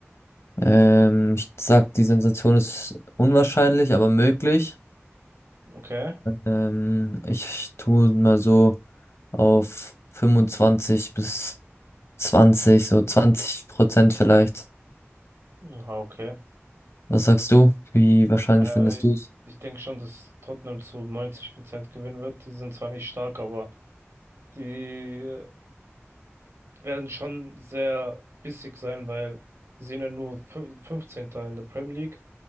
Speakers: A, on the left (about 70°); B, on the right (about 75°).
A: Ähm, ich sag, die Sensation ist unwahrscheinlich, aber möglich.
B: Okay.
A: Ähm, ich tue mal so auf 25 bis 20, so 20 Prozent vielleicht.
B: Aha, okay.
A: Was sagst du? Wie wahrscheinlich
B: Äh,
A: findest
B: ich
A: du es?
B: ich denke schon, dass Tottenham zu 90% gewinnen wird. Die sind zwar nicht stark, aber die werden schon sehr bissig sein, weil sie sind ja nur fün- 15. in der Premier League